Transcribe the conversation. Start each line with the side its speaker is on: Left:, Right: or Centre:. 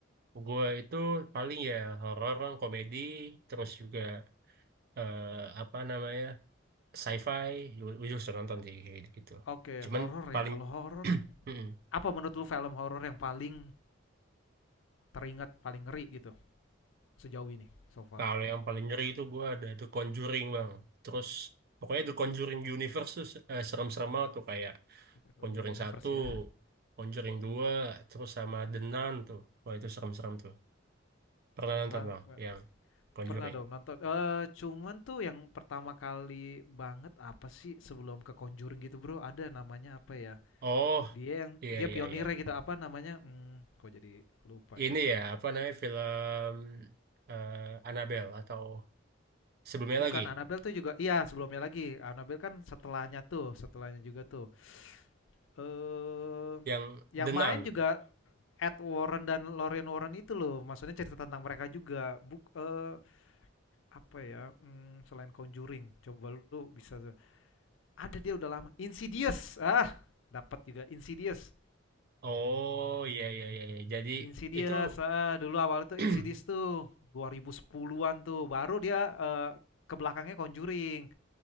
Right: Gue itu paling ya horor, komedi, terus juga eh, apa namanya? sci-fi gue juga sudah nonton sih kayak gitu
Left: oke
Right: Cuman
Left: horor
Right: paling
Left: ya kalau horor
Right: <clears throat> Mm-mm.
Left: apa menurut lu film horor yang paling teringat paling ngeri gitu sejauh ini so far
Right: kalau yang paling ngeri itu gue ada The Conjuring bang. Terus pokoknya The Conjuring Universe tuh eh, serem-serem banget tuh kayak
Left: Conjuring
Right: Conjuring
Left: Universe
Right: satu,
Left: ya
Right: Conjuring
Left: Mm.
Right: 2 terus sama The Nun tuh. Wah itu serem-serem tuh. Pernah
Left: Memang
Right: nonton bang
Left: me-
Right: yang Conjuring?
Left: Pernah dong nonton, eee, cuman tuh yang pertama kali banget apa sih sebelum ke Conjuring gitu Bro, ada namanya apa ya,
Right: Oh
Left: dia yang
Right: iya
Left: dia
Right: iya
Left: pionirnya
Right: iya.
Left: gitu apa namanya, mmm, kok jadi lupa
Right: Ini
Left: ya.
Right: ya apa namanya film eh, Annabelle atau sebelumnya
Left: Bukan
Right: lagi
Left: Annabelle tuh juga iya sebelumnya lagi, Annabelle kan setelahnya tuh setelahnya juga tuh. Eee,
Right: yang
Left: yang
Right: The
Left: main
Right: Nun.
Left: juga Ed Warren dan Lorraine Warren itu loh, maksudnya cerita tentang mereka juga, buk eee, apa ya, mmm, selain Conjuring coba lu bisa Ada dia udah lama. Insidious. Ah, dapat juga Insidious.
Right: Oh iya iya iya. iya. Jadi
Left: Insidious.
Right: itu
Left: Ah, dulu awal itu
Right: <clears throat>
Left: Insidious tuh 2010-an tuh. Baru dia eh, ke belakangnya Conjuring